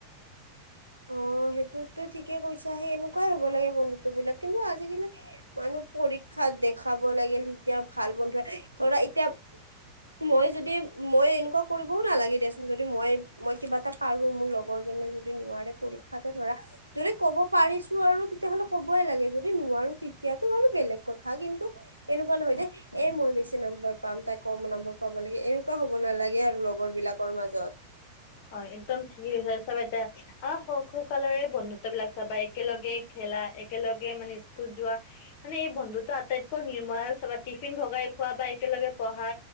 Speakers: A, on the right; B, on the left.
A: অ', সেইটোতো ঠিকে কৈছা সেই এনেকুৱাই হ'ব লাগে বন্ধুত্ব বিলাক কিন্তু আজিকালি। মানুহ পৰীক্ষাত দেখাব লাগিল তেতিয়া ভাল বন্ধু ধৰা এতিয়া মই যদি মই এনেকুৱা কৰিবও নালাগে দিয়াচোন যদি মই মই কিবা এটা পাৰো মোৰ লগৰ জনে যদি নোৱাৰে পৰীক্ষাতে ধৰা যদি ক'ব পাৰিছো আৰু তেতিয়াহ'লে ক'বই লাগে যদি নোৱাৰো তেতিয়াতো বাৰু বেলেগ কথা কিন্তু এনেকুৱা নহয় যে এ, মই বেছি নম্বৰ পাম তাই কম নম্বৰ পাব লাগে এনেকুৱা হ'ব নালাগে আৰু লগৰ বিলাকৰ মাজত
B: হয় একদম ঠিকেই হৈছে চব এতিয়া আহ সৰু সৰুকালৰে বন্ধু তবিলাক <unintelligible> চাবা একেলগে খেলা, একেলগে মানে স্কুল যোৱা মানে এই বন্ধুতটো আটাইতকৈ নিৰ্মলাৰ বা টিফিন ভগাই খোৱা বা একেলগে পঢ়া